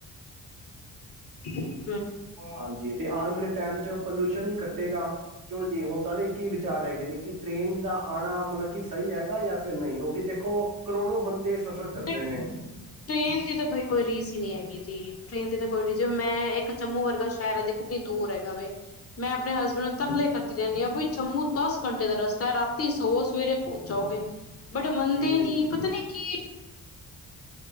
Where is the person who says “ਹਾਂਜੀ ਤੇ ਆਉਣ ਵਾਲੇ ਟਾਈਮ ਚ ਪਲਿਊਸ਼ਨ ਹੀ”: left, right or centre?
Right